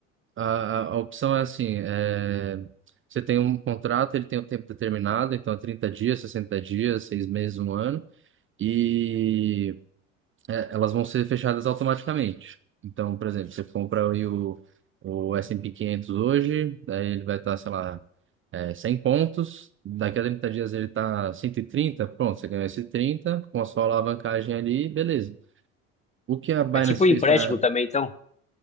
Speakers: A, on the right; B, on the left.
A: a, a, a opção é assim, é, você tem um contrato, ele tem um tempo determinado, então é 30 dias, 60 dias, seis meses, um ano, e é, elas vão ser fechadas automaticamente. Então, por exemplo, você compra aí o, o S&P 500 hoje, daí ele vai estar, sei lá, é, 100 pontos, daqui a 30 dias ele está cento e trinta pronto, você ganhou esse 30 com a sua alavancagem ali, beleza. O que a Binance
B: É tipo um empréstimo
A: fez para
B: também, então.